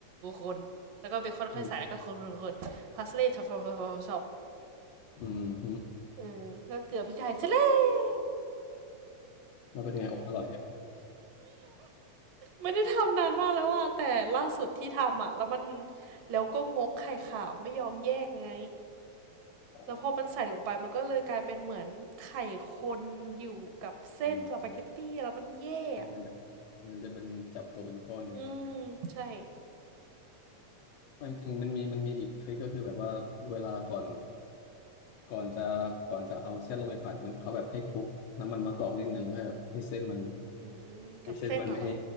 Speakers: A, on the right (about 75°); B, on the left (about 80°).
A: คนแล้วก็เบคอนค่อยใส่แล้วก็คนคนพาสเล่ช็อปชอชอชอ
B: อืมอืมฮึ
A: เออก็เกลือพริกไทยเสร็แล้ว
B: แล้วเป็นไงอบอร่อยไหม
A: นั่นแหละไม่ได้ทำนานมากแล้วอ่ะแต่ล่าสุดที่ทำอ่ะแล้วมันแล้วก็งกไข่ขาวไม่ยอมแยกไง
B: อ๋อ
A: แล้วพอมันใส่ลงไปมันก็เลยกลายเป็นเหมือนไข่คนอยู่กับเส้นสปาเกตตี้แล้วมันแยก
B: อืมอืมใช่มันจะมันจะเป็นจับตัวเป็นก้อนไง
A: อืมใช่
B: ไม่จริงๆมันมีมันมีอีกทริคก็คือแบบว่าเวลาก่อนก่อนจะก่อนจะเอาเส้นลงไปผัดมันเขาแบบให้คลุกน้ำมันมะกอกนิดนึงให้แบบให้เส้นมัน
A: อืมกับเส้นน่ะเหรอ
B: ให้เส้นมันไม่